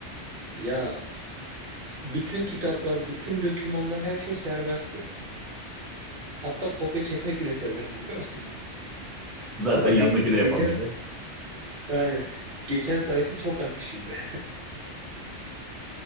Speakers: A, on the right; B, in the centre.
A: Ya bütün kitaplar, bütün dokümanlar her şey serbestti. Hatta kopya çekmek bile serbestti biliyor musun?
B: Zaten
A: Ama ge-
B: yanındaki de yapamayacak.
A: geçen yani geçen sayısı çok az kişiydi.